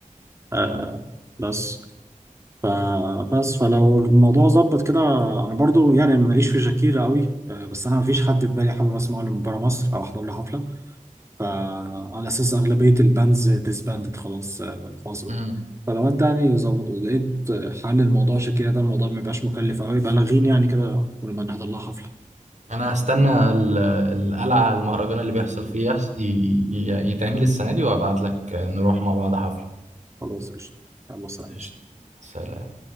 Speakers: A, on the right; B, on the right.
A: آه
B: مم.
A: بس فبس فلو الموضوع ظبط كده انا برضو يعني ماليش في شاكيرا قوي آه، بس انا مفيش حد في بالي حابب اسمعه من بره مصر او احضر له حفله فعلى اساس اغلبيه الباندز ديسباندد خلاص آه، انفصلوا
B: امم
A: فلو انت يعني ظب- لقيت حل الموضوع شاكيرا ده الموضوع ميبقاش مكلف قوي بلغيني يعني كده ونبقى نحضر لها حفله
B: انا هستنى ال- القلعة المهرجان اللي بيحصل فيه يحص... ي... ي... ي- يتعمل السنة دي وابعت لك نروح مع بعض حفلة
A: خلاص قشطه يلا سلام
B: قشطة. سلام